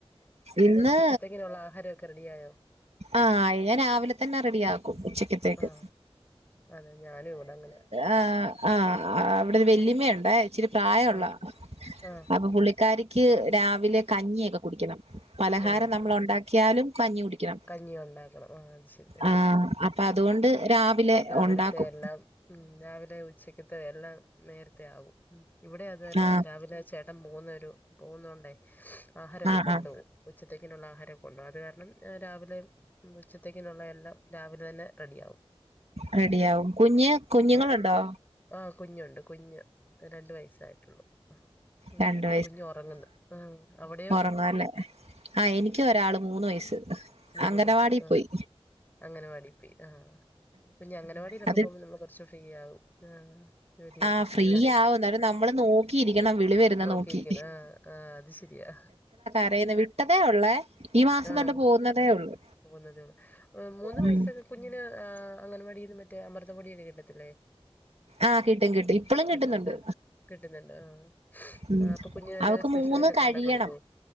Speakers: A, on the left; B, on the right.
A: പിന്നെ
B: ഇന്ന്
A: ഉച്ചത്തെങ്ങനെയുള്ള ആഹാരം കാ റെടി ആയോ
B: ആഹ് ഞാൻ രാവിലെ തന്നെ റെഡി ആക്കും ഉച്ചിക്കത്തേക്ക്
A: ആ അതെ ഞാനും ഇവിടെ അങ്ങനെ
B: ആഹ് ആഹ് അവിടെ ഒരു വെല്ലിയമ്മുണ്ടേ ഇച്ചിരി പ്രായംള്ള
A: ആ ആ
B: അപ്പൊ പുള്ളി ക്കാരിക്ക് രാവിലെ കഞ്ഞിയൊക്കെ കുടിക്കണം പലഹാരം
A: ആ
B: നമ്മൾ ഉണ്ടാക്കിയാലും കഞ്ഞി കുടിക്കണം
A: കഞ്ഞി ഉണ്ടാക്കണം ആഹ് അത് ശരി ആ
B: ആഹ് അപ്പൊ അതുകൊണ്ട്
A: രാവിലത്തെ
B: ഉണ്ടാക്കും
A: എല്ലാം ഉം രാവിലെ ഉച്ചക്ക് എല്ലാം നേരത്തെ ആകും ഇവിടെ അത് തന്നെ
B: ആ
A: രാവിലെ ചേട്ട ഇട്ടം പോന്നൊരു പോകുന്ന കൊണ്ടേ ആഹാരമൊക്കെ
B: ആ
A: കൊണ്ടു
B: ആ
A: പോം ഉച്ചത്തേക്കിനുള്ള ആഹാരം കൊണ്ടു അത് കാരണം രാവിലെ ഉച്ചത്തേക്കിനുള്ള എല്ലാം രാവിലെ തന്നെ റെഡിയ ആവും
B: റെഡിയാവും കുഞ്ഞ കുഞ്ഞുങ്ങളുണ്ടോ
A: ആഹ് കുഞ്ഞുണ്ട് കുഞ്ഞ് രണ്ട് വയസ്സായിട്ടുള്ളു ഉം
B: രണ്ട്
A: കുഞ്ഞു ഉറങ്ങുന്ന അവിടെയോ
B: ങ്ങല്ലേ ആഹ് എനിക്ക ഒരാള് മൂന്ന് വയസ്
A: മൂന്ന്
B: അംഗനവാടി
A: വയസ്സ് ആഹ്
B: പോയി
A: അംഗനവാടി പോയി ആഹ് പിന്നെ അങ്ങനവാടിയിലൊക്കെ
B: അത്
A: പോകുമ്പോൾ നമ്മൾ കൊറച്ച ഫ്രീ ആകും ആഹ് ജോലിയൊക്കെ
B: ആഹ്
A: ചെയ്യാൻ
B: ഫ്രീ ആവും എന്നാലും നമ്മള് നോക്കിയിരിക്കണം വിളി വരുന്ന
A: നോക്കിയിരിക്കുന്നു
B: നോക്കി
A: ആഹ് ആഹ് അത് ശരിയാ
B: പറയന്ന് വിട്ടതേ ഉള്ളേ ഈ മാസം
A: ആഹ്
B: തൊട്ട് പോകുന്നതേ ഉള്ളൂ
A: പോകുന്നതേ ഉള്ളൂ മൂന്ന്
B: ഉം
A: വയസക്കെ കുഞ്ഞിന് അംഗൻവാടിന്നും മറ്റേ അമൃത പൊടിയൊക്കെ കിട്ടത്തില്ലേ
B: ആഹ് കിട്ടും കിട്ടും ഇപ്പളും കിട്ടുന്നുണ്ട്
A: കിട്ടും കിട്ടും കിട്ടുന്നുണ്ട് ആഹ്
B: ഉം
A: ആഹ് അപ്പൊ കുഞ്ഞുന്റെ
B: അവക്ക്
A: സ്പെഷ്യൽായിട്ടൊക്കെ
B: മൂന്ന് കഴിയണം
A: ഉണ്ടാക്ക കൊടുത്തു